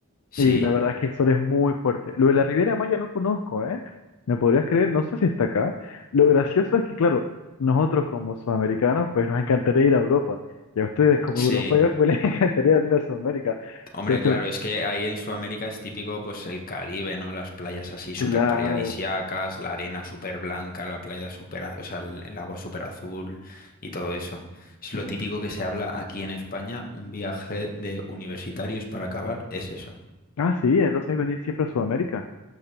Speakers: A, on the left (about 40°); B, on the left (about 80°).
A: Sí.
B: Y la verdad es que el sol es muy fuerte. Lo de la Riviera Maya no conozco, ¿eh? ¿Me podrías creer? No sé si está acá. Lo gracioso es que, claro, nosotros como sudamericanos, pues nos encantaría ir a Europa. Y a ustedes como
A: Sí,
B: europeos, pues les <laughs> encantaría ir a Sudamérica.
A: hombre,
B: Entonces,
A: claro, es que ahí en Sudamérica es típico pues el Caribe, ¿no? Las playas así
B: claro.
A: súper paradisíacas, la arena súper blanca, la playa súper, a- o sea, el, el agua súper azul y todo eso. Es lo típico que se habla aquí en España, un viaje de universitarios para acabar es eso.
B: Ah, sí, entonces venir siempre a Sudamérica.